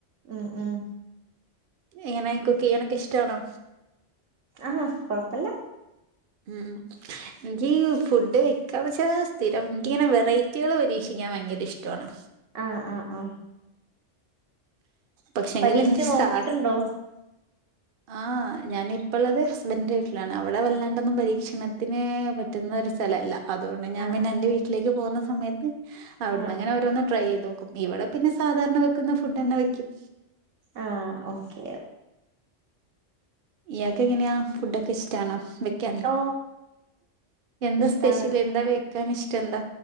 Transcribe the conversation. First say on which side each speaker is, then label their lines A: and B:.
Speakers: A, on the right; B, on the right.
A: ഉം ഉം
B: എങ്ങനെ കുക്കയ്യനൊക്കെ ഇഷ്ടാണോ
A: ആഹ് കൊഴപ്പല്ല്യ
B: ഉം ഉം ന്ക്ക് ഫുഡ് വെക്കാന്ന് വെച്ചാൽ സ്ഥിരം എനിക്കിങ്ങനെ വെറൈറ്റികൾ പരീക്ഷിക്കാൻ ഭയങ്കര ഇഷ്ടമാണ്
A: ആഹ് ആഹ് ആഹ്.
B: പക്ഷെങ്കിൽ
A: പരീക്ഷിച്
B: എന്റെ
A: നോക്കിട്ടുണ്ടോ
B: സാ ആഹ് ഞാനിപ്പള്ളത് ഹസ്ബൻഡിന്റെ വീട്ടിലാണ്. അവടെ വല്ലാണ്ടൊന്നും പരീക്ഷണത്തിന് പ റ്റുന്നൊരു സ്ഥലല്ല. അതുകൊണ്ട് ഞാൻ
A: ആഹ്
B: പിന്നെ എന്റെ വീട്ടിലേക്ക് പോകുന്ന സമയത്ത് അവിടുന്ന്
A: ആഹ്
B: അങ്ങനെ ഓരോന്ന് ട്രൈ ചെയ്തോ ക്കും. ഇവടെ പിന്നെ സാധാരണ വെക്കുന്ന ഫുഡന്നെ വെക്കും.
A: ആഹ് ഓക്കെ
B: ഇയാക്ക് എങ്ങനെയാ ഫുഡൊക്കെ ഇഷ്ടാണോ? വെ ക്ക്യാൻ.
A: ഓ
B: എന്താ
A: ഇഷ്ടാണ്
B: സ്പെഷ്യൽ എന്താ വെക്കാൻ ഇഷ്ടം എന്താ